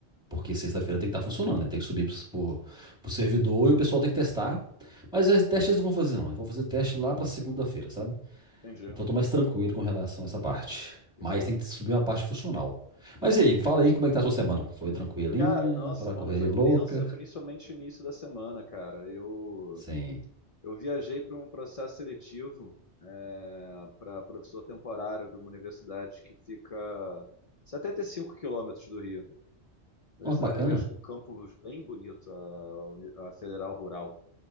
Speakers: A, on the left; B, in the centre.
A: Uhum.
B: porque sexta-feira tem que estar funcionando, né? Tem que subir pros- pro, pro servidor e o pessoal tem que testar. Mas os testes eles não vão fazer, não. Eles vão fazer o teste lá pra segunda-feira, sabe?
A: Entendi,
B: Então
A: entendi.
B: eu tô mais tranquilo com relação a essa parte.
A: Que
B: Mas
A: bom.
B: tem que subir uma parte funcional. Mas e aí, fala aí como é que tá a sua semana? Foi tranquilinha?
A: Cara, não,
B: Aquela
A: a semana
B: correria
A: foi
B: louca?
A: tensa, principalmente o início da semana, cara. Eu,
B: sim
A: Eu viajei para um processo seletivo é, para professor temporário de uma universidade que fica 75 quilômetros do Rio. Universidade,
B: Nossa, que bacana.
A: aliás, com um campus bem bonito, a, a Federal Rural,